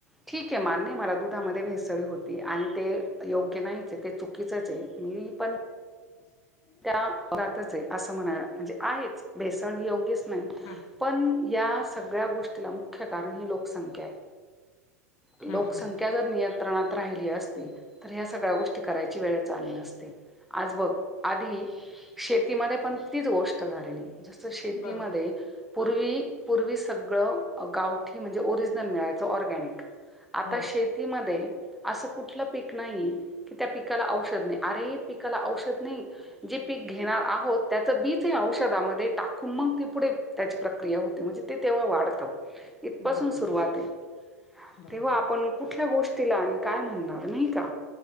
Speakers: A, in the centre; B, on the left.
A: ठीक आहे मान्य मला दुधामध्ये भेसळ होते आणि ते योग्य नाहीच हे ते चुकीचच आहे मी पण
B: <inaudible>
A: त्या रातच आहे असं म्हणायला म्हणजे आहेच. भेसळ ह योग्यच नाही
B: हां
A: पण या सगळ्या गोष्टीला मुख्य कारण ही लोकसंख्या आहे. लोकसंख्या
B: हां हां
A: जर नियंत्रणात राहिली असती तर ह्या सगळ्या गोष्टी करायची वेळ आली नसती. आज बघ आधी शेतीमध्ये पण तीच गोष्ट झालेली. जसं शेतीमध्ये
B: बरोबर
A: पूर्वी, पूर्वी सगळ गावठी म्हणजे ओरिजनल मिळायच ऑरगॅनिक. आता
B: हो
A: शेतीमध्ये असं कुठलं पीक नाही कि त्या पिकाला औषध नाही अरे पिकाला औषध नाही. जे पीक घेणार आहोत त्याचं बीच औषधामध्ये टाकून मग ती पुढे त्याची प्रक्रिया होते म्हणजे ते तेव्हा वाढत इथपासून
B: बरोबर
A: सुरुवात आहे.
B: बरोबर
A: तेव्हा आपण कुठल्या गोष्टीला आणि काय म्हणणार नाही का.